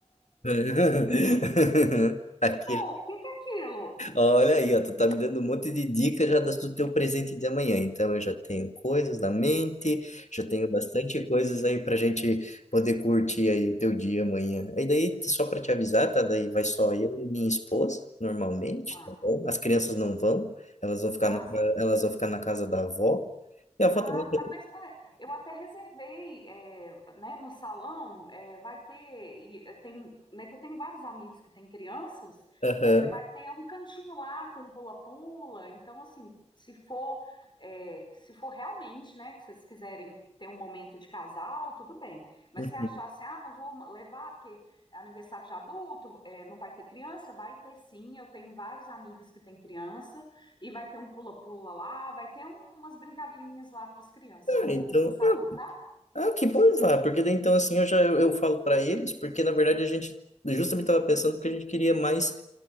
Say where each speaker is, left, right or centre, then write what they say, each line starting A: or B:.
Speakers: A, on the left; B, on the left.
A: <laughs> Aquele
B: Não, o que que é aquilo?
A: Olha aí, ó, tu tá me dando um monte de dicas já das- do teu presente de amanhã. Então eu já tenho coisas na mente, já tenho bastante coisas aí pra gente poder curtir aí o teu dia amanhã. Aí daí, só pra te avisar, tá? Daí vai só eu e minha esposa, normalmente,
B: Ah,
A: tá bom? As crianças não vão, elas vão ficar
B: ah,
A: na, ca-
B: sim.
A: elas vão ficar na casa da avó. E a avó
B: Ah,
A: também. tá-
B: tá, mas é, eu até reservei, é, né, no salão, é, vai ter, e, é, tem, né, que eu tenho vários amigos que têm crianças,
A: Aham.
B: é, vai ter um cantinho lá com um pula-pula, então, assim, se for, é, se for realmente, né, que vocês quiserem ter um momento de casal, tudo bem, mas
A: uhum.
B: se achar, assim, ah, não vou ma- levar porque é aniversário de adulto, é, não vai ter criança, vai ter sim, eu tenho vários amigos que têm criança, e vai ter um pula-pula lá, vai ter um- umas brincadeirinhas lá para as crianças
A: Ah,
B: no,
A: então,
B: no salão, tá?
A: ah, que bom, vá, porque daí então assim eu já eu, eu falo para eles, porque na verdade a gente justamente estava pensando que a gente queria mais